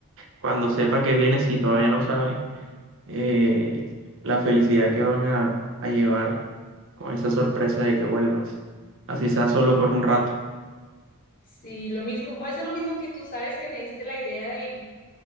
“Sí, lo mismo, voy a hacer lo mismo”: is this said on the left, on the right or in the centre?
Left